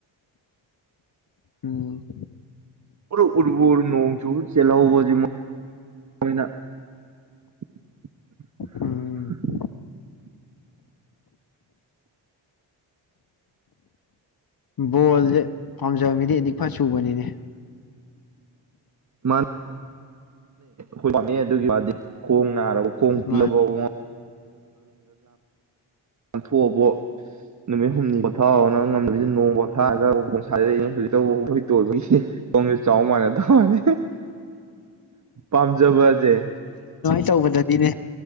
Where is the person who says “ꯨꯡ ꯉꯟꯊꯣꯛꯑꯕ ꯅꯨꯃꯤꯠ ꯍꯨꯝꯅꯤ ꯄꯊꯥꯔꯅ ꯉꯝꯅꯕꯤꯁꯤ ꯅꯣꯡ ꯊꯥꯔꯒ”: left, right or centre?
Right